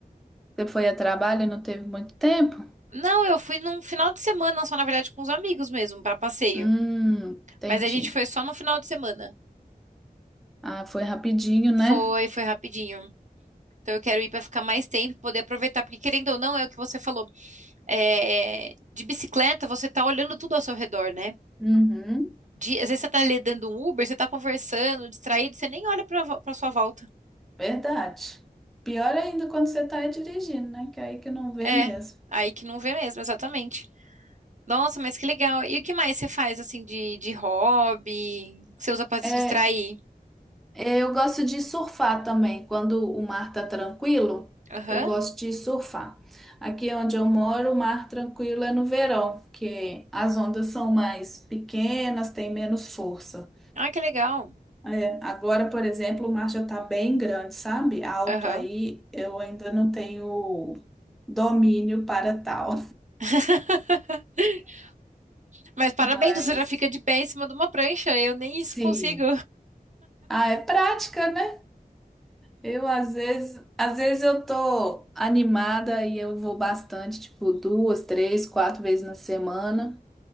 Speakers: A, in the centre; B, on the right.
A: Você foi a trabalho e não teve muito tempo?
B: Não, eu fui num final de semana só, na verdade, com os amigos mesmo, para passeio.
A: Hum, entendi.
B: Mas a gente foi só no final de semana.
A: Ah, foi rapidinho,
B: Foi,
A: né?
B: foi rapidinho. Então eu quero ir para ficar mais tempo, poder aproveitar, porque querendo ou não, é o que você falou. É, de bicicleta, você tá olhando tudo ao seu redor, né?
A: Uhum.
B: De- às vezes você tá ali dando um Uber, você tá conversando, distraído, você nem olha para para sua volta.
A: Verdade. Pior ainda quando você tá aí dirigindo, né? Que aí que não vê
B: É,
A: mesmo.
B: aí que não vê mesmo, exatamente. Nossa, mas que legal. E o que mais você faz, assim, de, de hobby? que Você usa para
A: É,
B: se distrair?
A: eu gosto de surfar também. Quando o mar tá tranquilo,
B: Aham.
A: eu gosto de surfar. Aqui onde eu moro, o mar tranquilo é no verão, que as ondas são mais pequenas, tem menos força.
B: Ah, que legal.
A: É, agora, por exemplo, o mar já tá bem grande, sabe? Alto
B: Aham.
A: aí, eu ainda não tenho domínio para tal.
B: <laughs> Mas parabéns,
A: <laughs> Mas,
B: você já fica de pé em cima de uma prancha. Eu nem
A: sim.
B: isso consigo.
A: Ah, é prática, né? Eu às vezes, às vezes eu tô animada e eu vou bastante, tipo duas, três, quatro vezes na semana.